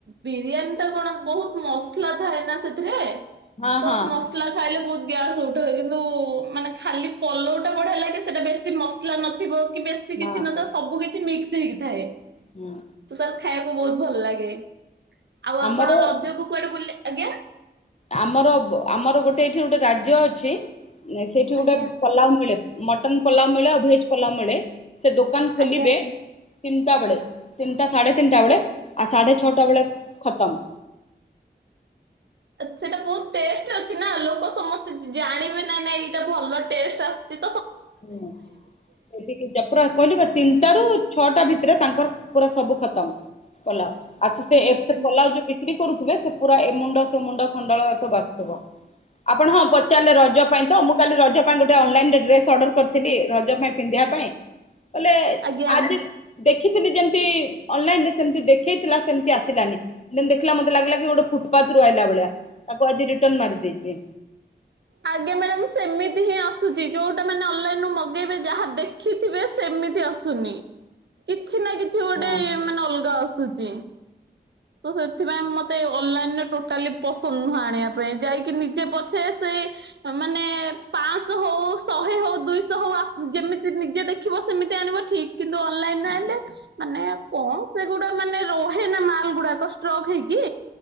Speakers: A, on the right (about 80°); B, on the left (about 40°).
A: ବିରିୟାନୀ ଟା କଣ ବହୁତ ମସଲା ଥାଏ ନା ସେଥିରେ
B: ହଁ
A: ତ
B: ହଁ
A: ମସଲା ଖାଇଲେ ବ ଗ୍ୟାସ ଉଠାଏ କିନ୍ତୁ ମାନେ ଖାଲି ପଲଉଟା ବଢିଆ ଲାଗେ ସେଟା ବେଶୀ ମସଲା ନଥିବ କି ବେଶୀ
B: ହଁ
A: କିଛି ନ କିଛି ମିକ୍ସ ହେଇକି ଥାଏ।
B: ହୁଁ
A: ତୁ ତାକୁ ଖାଇବାକୁ ବହୁ ଭଲ ଲାଗେ। ଆଉ ଆପଣ
B: ଆମର
A: ରଜ କୁ କୁଆଡେ ବୁଲି ଆଜ୍ଞା
B: ଆମର ଆମର ଗୋଟେ ଏଇଠି ଗୋଟେ ରାଜ୍ୟ ଅଛି। ନା ସେଇଠି ଗୋଟେ
A: ଆଜ୍ଞା।
B: ପଲାଉ ମିଳେ ମଟନ୍ ପୋଲାବ ମିଳେ ଆଉ ଭେଜ ପୋଲାବ ମିଳେ ସେ ଦୋକାନ ଖୋଲିବେ
A: ଆଜ୍ଞା।
B: ତିନିଟା ବେଳେ ତିନିଟା ସାଢ଼େ ତିନିଟା ବେଳେ ଆଉ ସାଢେ ଛଅଟା ବେଳେ ଖତମ
A: ସେଇଟା ବହୁତ ଟେଷ୍ଟ ଅଛି ନା ଲୋକ ସମସ୍ତେ ଜାଣିବେ ନାାଇ ନା ଏଇଟା ଭଲ ଟେଷ୍ଟ ଆସିଛି।
B: ହୁଁ ସେତି ଜପୁର କଲି ବର୍ତି ଟ ରୁ ଛଅଟା ଭିତରେ ତାଙ୍କର ପୁରା ସବୁ ଖତମ ପଲା ଆଚଛ ସେ
A: ହୁଁ
B: ଏ
A: ହୁଁ
B: ପଲାଉଉ ବିକ୍ରି କରୁଛି। ସେ ପୁରା ଏ ମୁଣ୍ଡ ମୁଣ୍ଡ ଖଣ୍ଡଳ ବାସୁଥିବ ଆପଣ ହଁ ପଚାରିଲେ ରଜ ପାଇଁ ତ ମୁଁ କାଲି ରଜ ପାଇଁ ଗୋଟେ ଅନଲାଇନ ଡ୍ରେ ଅର୍ର କରିଥିଲି ରଜ ପାଇଁ ପିନ୍ଧିବା ପାଇଁ ବଲେ
A: ଆଜ୍ଞା।
B: ଆଜି ଦେଖିଥିଲି ଯେମତି ଅନଲାଇନରେ ସେ ଦେଖେଇଥିଲା ସେମତି ଆସିଲାନି ଦେଖିଲା ମତେ ଲାଗିଲା କି ଗୋଟେ ଫୁଟପାଥ ରୁ ଆିଲା ଭଳିଆ ତାକୁ ଆଜି ରିଟର୍ ମାରି ଦେଇଛି।
A: ଆଜ୍ଞା ମ୍ୟାଡାମ ସେମିତି ହିଁ ଆସୁଛି ଯୋଉଟା ମାନେ ଅନଲାଇନୁ ମଗେଇବେ ଯାହା ଦେଖିଥିବେ ସେମିତି ଆସୁନି କି? କିଛି ନା କିଛି ଗୋଟେ
B: ହଁ
A: ମାନେ ଅଲଗା ଆସୁଛି। ତସ ଏ ସେଥିପାଇଁ ମୋତେ ଅନନ୍ଲାଇନେ ଟୋ କାଲି ପସନ୍ଦ ନୁହଁ ଆଣିବା ପାଇଁ ଯାଇକି ନିଜେ ପଛେ ସେ ମାନେ ପାଞ୍ଚଶହ ହଉ ଶହେ ହଉ ଦୁଇଶହ ହଉ ଯେମିତି ନିଜେ ଦେଖିବ ସେମିତି ଆଣିବ ଠିକ କିନ୍ତୁ ଅନଲାଇନ ଆଣିଲେ ମାନେ କଣ ସେଗୁଡା ମାନେ ରହେ ନା ମାଲ ଗୁଡାକ ଷ୍ଟ୍ରକ୍ ହେଇକି